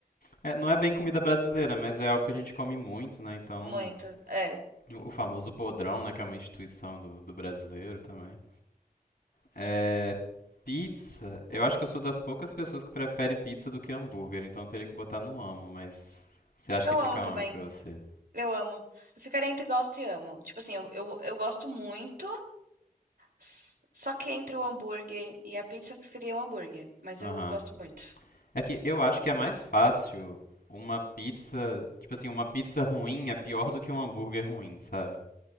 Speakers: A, on the left; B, on the right.
A: É, não é bem comida brasileira, mas é algo que a gente come muito, né? Então,
B: Muito. É.
A: o o famoso podrão, né? Que é uma instituição do, do brasileiro também. É, pizza, eu acho que eu sou das poucas pessoas que prefere pizza do que hambúrguer, então eu teria que botar no amo, mas você acha
B: Eu
A: que fica
B: amo também.
A: onde pra você?
B: Eu amo. Eu ficaria entre gosto e amo. Tipo assim, eu, eu, eu gosto muito, s- só que entre o hambúrguer e a pizza eu preferia o hambúrguer. Mas
A: Aham.
B: eu gosto muito.
A: É que eu acho que é mais fácil uma pizza, tipo assim, uma pizza ruim é pior do que um hambúrguer ruim, sabe?